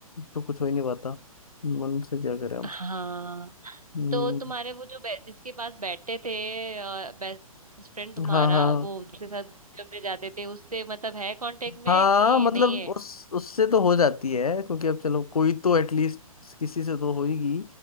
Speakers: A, on the left; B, on the right.
A: तो कुछ हो ही नहीं पाता मन से क्या करें अब
B: हाँ
A: हम्म
B: तो तुम्हारे वो जो बै- जिसके पास बैठते थे बेस्ट फ्रेंड तुम्हारा
A: हाँ हाँ
B: वो जिसके साथ घूमने उमने जाते थे उससे मतलब है कांटेक्ट
A: हाँ
B: में कि
A: मतलब
B: नहीं है
A: उस उससे तो हो जाती है क्योंकि अब चलो कोई तो एटलीस्ट किसी से तो होगी